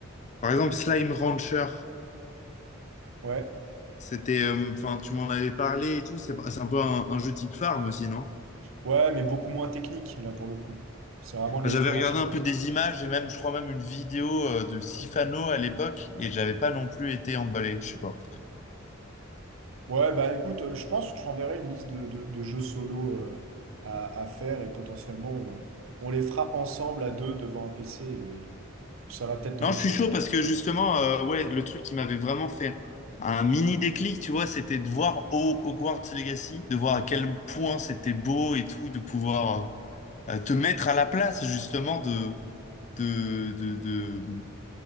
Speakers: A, on the left; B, on the right.
A: par exemple, Slime Rancher,
B: Ouais.
A: c'était, euh, enfin, tu m'en avais parlé et tout, c'est c'est un peu un, un jeu type farm aussi, non?
B: Ouais, mais beaucoup moins technique, là, pour le coup. C'est vraiment de
A: Enfin,
B: l'exploration.
A: J'avais regardé un peu des images et même, je crois même une vidéo euh, de Sifano à l'époque et j'avais pas non plus été emballé, je sais pas.
B: Ouais, bah écoute, euh, je pense que je t'enverrai une liste de, de- de jeux solo euh, à, à faire et potentiellement on, on les fera ensemble à deux devant un PC et ça va peut-être te
A: Non,
B: motiver.
A: je suis chaud parce que justement, euh, ouais, le truc qui m'avait vraiment fait un mini déclic, tu vois, c'était de voir Ho- Hogwarts Legacy, de voir à quel point c'était beau et tout, de pouvoir euh, te mettre à la place justement de de, de, de,